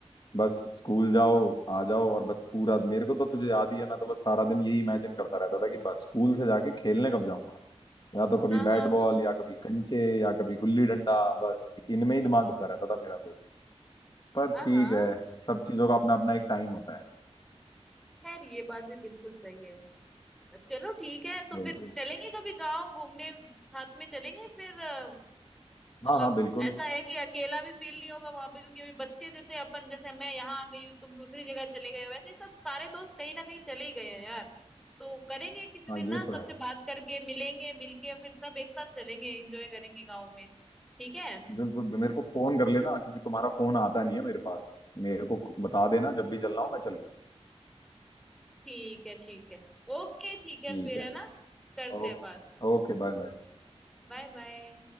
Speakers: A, on the left (about 40°); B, in the centre.
A: बस स्कूल जाओ आ जाओ और बस पूरा मेरे को तो तुझे याद ही है मैं तो बस सारा दिन यही इमेजिन करता रहता था कि बस स्कूल से जाके खेलने कब जाऊंगा या तो कभी
B: हाँ
A: बैट
B: हाँ
A: बॉल
B: हाँ
A: या कभी कंचे या कभी गुल्ली डंडा बस इनमें ही दिमाग घुसा रहता था मेरा तो पर
B: हाँ
A: ठीक
B: हाँ
A: है सब चीजों का अपना अपना एक टाइम होता है
B: खैर ये बात भी बिल्कुल सही है चलो ठीक है तो
A: वही
B: फिर
A: तो
B: चलेंगे कभी गांव घूमने साथ में चलेंगे फिर अ, मतलब
A: हाँ हाँ बिल्कुल
B: ऐसा है कि अकेला भी फील नहीं होगा वहां पे क्योंकि अभी बच्चे जैसे अपन जैसे मैं यहाँ आ गई हूँ तुम दूसरी जगह चले गए हो वैसे ही सब सारे दोस्त कहीं ना कहीं चले ही गए हैं यार तो करेंगे किसी
A: हाँ
B: दिन
A: ये
B: ना
A: तो
B: सबसे
A: है
B: बात करके मिलेंगे मिलके फिर सब एक साथ चलेंगे एंजॉय करेंगे गाँव में ठीक है
A: बिल्कुल मेरे को फोन कर लेना क्योंकि तुम्हारा फोन आता नहीं है मेरे पास मेरे को बता देना जब भी चलना हो मैं चल लूंगा
B: ठीक है ठीक है ओके ठीक है
A: ठीक
B: फिर
A: है
B: है ना करते
A: Okay
B: हैं बात
A: okay bye bye
B: Bye bye